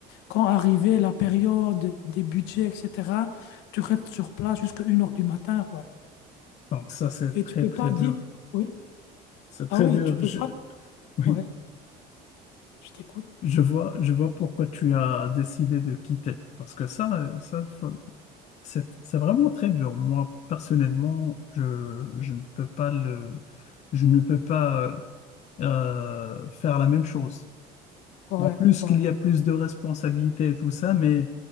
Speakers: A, on the left; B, on the left.
A: quand arrivait la période des budgets, etc., tu restes sur place jusqu'à une heure du matin, quoi.
B: Donc ça, c'est
A: Et
B: très,
A: tu peux
B: très
A: pas
B: dur.
A: dire, oui,
B: C'est très
A: ah oui,
B: dur.
A: tu peux
B: Je-
A: pas,
B: Oui,
A: ouais, je t'écoute,
B: je vois, je vois pourquoi tu as décidé de quitter. Parce que ça, euh, ça, faut- c'est c'est vraiment très dur. Moi, personnellement, je, je ne peux pas le... Je ne peux pas. euh, euh, faire la même chose.
A: ouais,
B: En plus
A: ouais.
B: qu'il y a plus de responsabilités et tout ça, mais